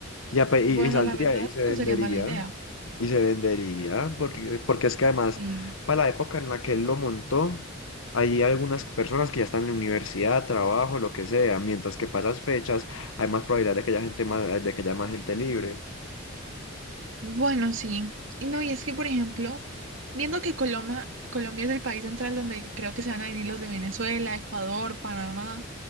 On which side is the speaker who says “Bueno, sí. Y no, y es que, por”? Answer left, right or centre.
Right